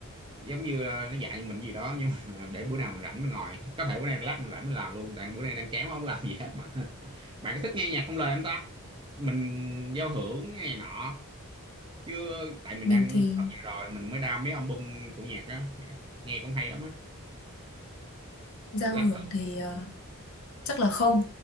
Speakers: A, on the right; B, on the left.
A: giống như là nó dạy mình gì đó nhưng mà <laughs> để bữa nào mình rảnh mình ngồi có thể bữa nay lát mình rảnh mình làm luôn tại bữa nay đang chán quá không làm gì hết mà <laughs> bạn có thích nghe nhạc không lời không ta mình giao hưởng nghe này nọ chứ tại mình
B: mình
A: đang
B: thì
A: học gì rồi mình mới đam mấy album của nhạc đó nghe cũng hay lắm á
B: giao
A: lát
B: hưởng
A: thử
B: thì ờ, chắc là không